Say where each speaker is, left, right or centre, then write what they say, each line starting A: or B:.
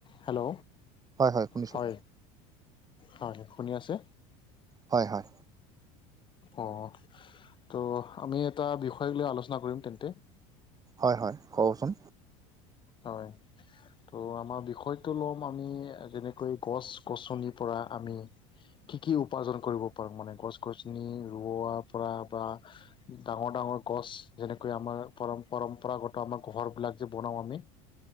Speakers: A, on the left; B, on the right.
A: Hello
B: হয় শুনিছোঁ
A: হয়, হয় শুনি আছে?
B: হয়, হয়।
A: অ' ত' আমি এটা বিষয় লৈ আলোচনা কৰিম তেন্তে।
B: হয়, হয় কওকচোন।
A: হয়। ত' আমাৰ বিষয়টো ল'ম আমি যেনেকৈ গছ গছনিৰ পৰা আমি কি কি উপাৰ্জন কৰিব পাৰো মানে গছ গছনি ৰোৱাৰ পৰা বা ডাঙৰ ডাঙৰ গছ যেনেকৈ আমাৰ পৰ পৰম্পৰাগত আমাৰ ঘৰবিলাক যে বনাওঁ আমি।